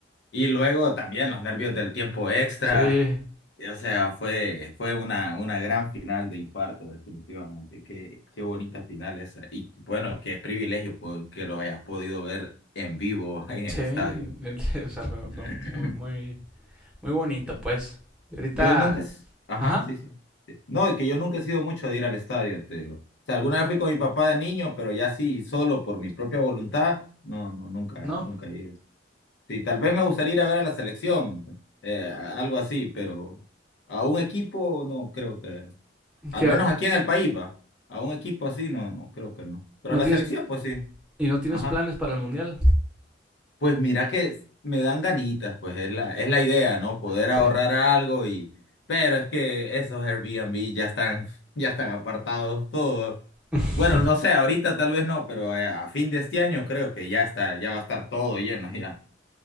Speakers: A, on the left (about 75°); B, in the centre.
A: Y luego también los nervios del tiempo extra.
B: sí,
A: Y, O sea, fue, fue una, una gran final de infarto, definitivamente. Qué, qué bonita final esa. Y bueno, qué privilegio po- que lo hayas podido ver en vivo <laughs> en
B: sí,
A: el estadio.
B: <laughs> o sea, fue,
A: <clears throat>
B: fue muy, muy bonito
A: Sí.
B: pues. Y ahorita,
A: Yo nunca. s- Ajá,
B: ajá,
A: sí, sí. sí. No, y que yo nunca he sido mucho de ir al estadio, te digo. O sea, alguna vez fui con mi papá de niño, pero ya sí, solo por mi propia voluntad. No, no, nunca,
B: no,
A: nunca he ido. Sí, tal vez me gustaría ir a ver a la selección, eh, a- algo así, pero a un equipo no creo que, al
B: ¿Qué?
A: menos aquí en el país, va, a un equipo así no, no creo que no. Pero
B: ¿No
A: a la
B: tienes,
A: selección, pues sí.
B: ¿Y no tienes
A: Ajá.
B: planes para el mundial?
A: Pues mira que me dan ganitas, pues es la, es la idea, ¿no? Poder
B: Sí.
A: ahorrar algo y, pero es que esos Airbnb ya están, <laughs> ya están apartados todos.
B: <laughs>
A: Bueno, no sé, ahorita tal vez no, pero eh, a fin de este año creo que ya está, ya va a estar todo lleno ya.